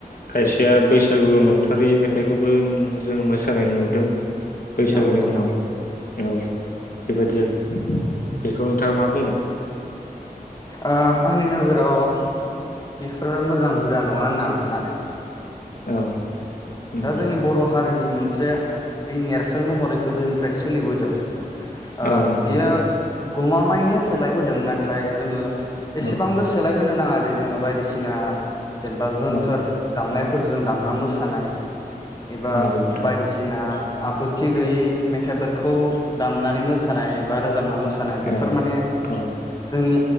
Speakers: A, on the left; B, on the left.
A: खायसेया बैसागु नंथारै मेथाइखौबो जों मोसानाय नुदों बैसागुनि
B: औ नुदों
A: मुङाव औ बेबायाददि आरो बेखौ नोंथाङा मा बुंगोन?
B: ओ आंनि नोजोराव बेफोरो मोजां हुदा नङा होनना आं सानो ।
A: औ नंगौ
B: दा जोंनि बर हारिनि मोनसे बि नेरसोन महरै गोदोनिफ्राय सोलिबोदों ओ
A: औ नंगौ
B: बियो गमामायैनो सोलायबोदों नाथाय जोङो एसेबांबो
A: औ
B: सोलायहोनो नाङा जोङो बायदिसिना जेनेबा जोनथोर
A: औ
B: दामनाय फोरजों दामना मोसानाय एबा
A: नंगौ नोंथां
B: बायदिसिना आब्रुथि गैयि मेथाइफोरखौ दामनानै मोसानाय एबा रोजाबना मोसानाय मोसानाय बेफोर
A: औ
B: माने
A: औ
B: जोंनि